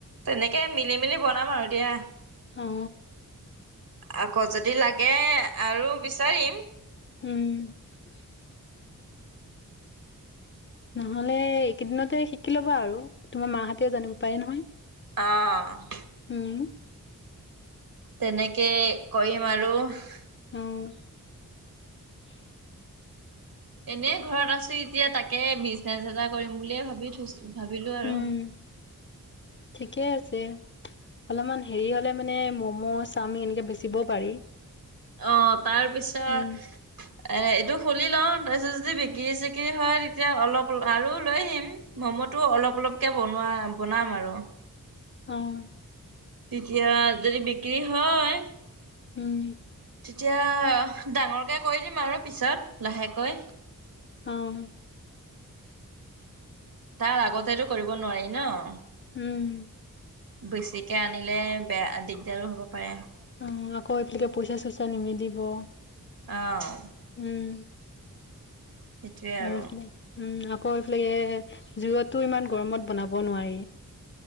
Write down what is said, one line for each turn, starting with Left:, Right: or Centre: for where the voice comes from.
Right: তেনেকে মিলি মেলি বনাম আৰু দিয়া
Left: অ
Right: আকৌ যদি লাগে আৰু বিচাৰিম। <unintelligible>
Left: উম! <unintelligible> নহ'লে এইকেইদিনতে শিকি ল'বা আৰু তোমাৰ মাহঁতে জানিব পাৰে নহয়। <unintelligible>
Right: অঁ! <inaudible>
Left: উম! <unintelligible>
Right: তেনেকে কৰিম আৰু। <unintelligible>
Left: অঁ! <unintelligible>
Right: এনেই ঘৰত আছো এতিয়া তাকে বিজনেচ এটা কৰিম বুলিয়ে ভাবি থৈছো ভাবিলো
Left: উম।
Right: আৰু। <inaudible>
Left: ঠিকে আছে। <unintelligible> অলপমান হেৰি হ'লে মানে ম'ম, চাওমিন এনেকৈ বেচিবও পাৰি। <unintelligible>
Right: অঁ! তাৰ পিছত
Left: উম,
Right: <unintelligible> এ এইটো খুলি লওঁ তাৰপিছত যদি বিক্ৰী চিকৰি হয় তেতিয়া অলপ আৰু লৈ আহিম। <unintelligible> ম'মটো অলপ অলপকে বনোৱা বনাম আৰু। <inaudible>
Left: অ‌ঁ। <inaudible>
Right: তেতিয়া যদি বিক্ৰী হয় <inaudible>
Left: উম <unintelligible>
Right: তেতিয়া ডাঙৰকে কৰি দিম আৰু পিছত লাহেকৈ। <inaudible>
Left: অঁ! <inaudible>
Right: তাৰ আগতেতো কৰিব নোৱাৰি ন। <unintelligible>
Left: উম! <inaudible>
Right: বেছিকে আনিলে বেয়া দিগদাৰো হ'ব পাৰে। <inaudible>
Left: উম! আকৌ এইফালে পইচা-চইচা নিমিলিব। <unintelligible>
Right: অঁ। <inaudible>
Left: উম! <inaudible>
Right: সেইটোৱে
Left: হেল্প
Right: আৰু।
Left: মি <unintelligible> উম! আকৌ এইফালে জুইতটো ইমান গৰমত বনাব নোৱাৰি। <inaudible>